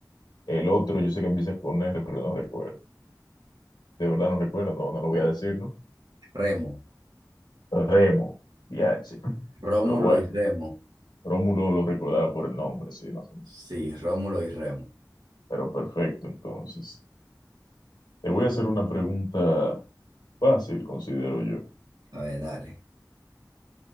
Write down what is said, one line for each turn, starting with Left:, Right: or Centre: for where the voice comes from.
Left: El otro, yo sé que empieza con R, pero no recuerdo. de verdad no recuerdo, no, no lo voy a decir, ¿no?
Right: Remo.
Left: Remo, DH.
Right: Rómulo
Left: Pero bueno,
Right: y Remo.
Left: Rómulo lo recordaba por el nombre, sí, más o menos.
Right: Sí, Rómulo y Remo.
Left: Pero perfecto, entonces. Te voy a hacer una pregunta fácil, considero yo.
Right: A ver, dale.